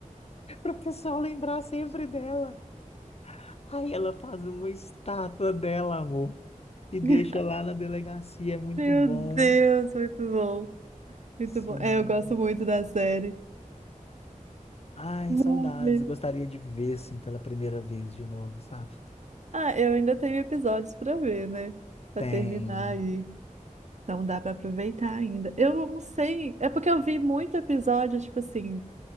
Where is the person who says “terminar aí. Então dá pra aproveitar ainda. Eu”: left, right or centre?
Right